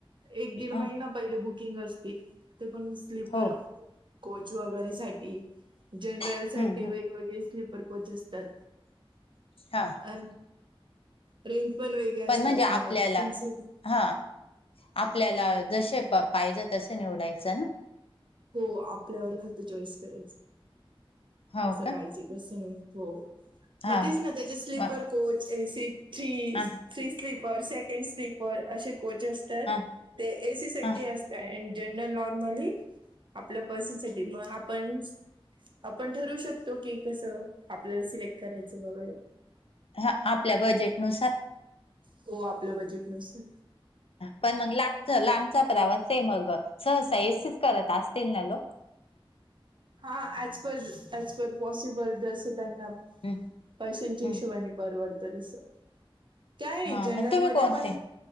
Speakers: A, on the right; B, on the left.
A: एक दीड
B: ह
A: महिना पहिले बुकिंग असते ते पण स्लीपर
B: हो
A: कोच वगैरे साठी जनरल
B: हम्म
A: साठी
B: हम्म,
A: वेगवेगळे स्लप र कोच असतात
B: हा
A: अ. रेंट पण वेगळे असतात
B: म्हणजे आपल्याला
A: बुकिंगसाठी
B: हा आपल्याला जसे पाहिजं तस निवडायचं ना.
A: हो आपल्यावरत चॉईस करायच
B: हो
A: कस
B: का
A: पाहिजे. तसं नाही हो.
B: हा
A: मग तेच ना त्याचे स्लीपर
B: ह
A: कोच थ three
B: ह
A: sleeper second sleeper असे कोच असतात
B: ह
A: ते एसीसटी
B: ह
A: असतड जनरल नॉर्मली आपल्या पर्सनसाठी मग आपण आपण ठरव शकतो की कसं. आपल्याला सिलेक्ट करायचं वगैरे
B: हा आपल्या बजेटनुसार
A: हो आपल्या बजेट नुसार
B: पण मग लाबच लांबचा प्रवास आहे मग सहसा एीच करत असतील ना लोक
A: हा as per as per possible जसं त्यांना
B: हम्म,
A: पैशांच्या
B: हम्म.
A: हिशोबाने परवडतंस काय नाही
B: हा
A: जनरलमध्येध्ये
B: ना तुम्ही कोणते
A: पण